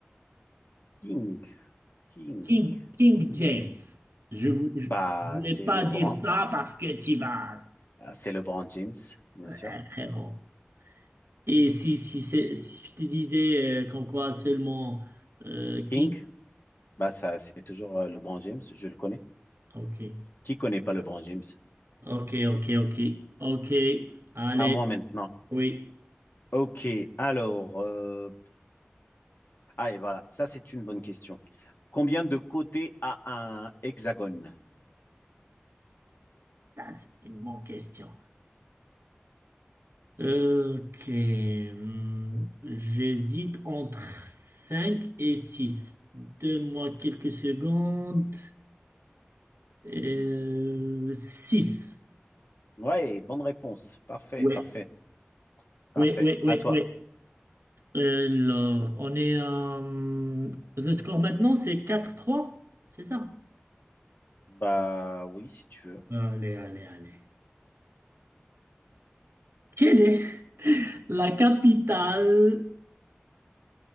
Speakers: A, on the left (about 60°); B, on the right (about 75°).
A: King, King.
B: King, King
A: Hmm.
B: James. Je vous, je,
A: Bah,
B: je voulais
A: c'est
B: pas
A: LeBron.
B: dire ça parce que tu vas,
A: Ah, C'est LeBron James, bien
B: euh,
A: sûr.
B: frérot. Et si, si, c'est- si je te disais euh, qu'en quoi seulement euh,
A: King,
B: King?
A: bah, ça, c'est toujours euh, LeBron James. Je le connais.
B: Ok,
A: Qui connaît pas LeBron James?
B: ok, ok, ok, ok. Allez,
A: À moi maintenant.
B: oui.
A: OK, alors. euh, Ah, et voilà, ça, c'est une bonne question. Combien de côtés a un hexagone?
B: Ça, c'est une bonne question. Ok. hmm, J'hésite entre 5 et 6. Donne-moi quelques secondes. Euh, 6.
A: Ouais, bonne réponse. Parfait,
B: Ouais.
A: parfait, parfait.
B: Ouais, ouais, ouais,
A: À toi.
B: ouais. Alors, on est à... hmm, Le score maintenant, c'est quatre trois, c'est ça?
A: Bah oui, si tu veux.
B: Allez, allez, allez. Quelle est <laughs> la capitale